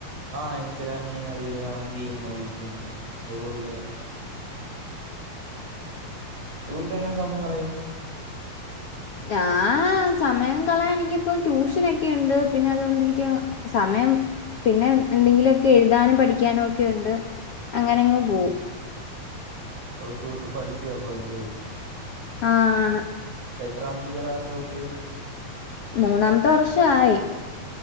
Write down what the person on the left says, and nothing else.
ഞാൻ സമയം കളയാൻ എനിക്കിപ്പ ട്യൂഷനൊക്കെയുണ്ട് പിന്നെ അതുകൊണ്ടെനിക്ക് സമയം പിന്നെ എന്തെങ്കിലൊക്കെ എഴുതാനും പഠിക്കാനൊക്കെ ഉണ്ട്. അങ്ങനങ്ങ് പോവും.
ആഹ് ആണ്
മൂന്നാമത്തെ വർഷായി.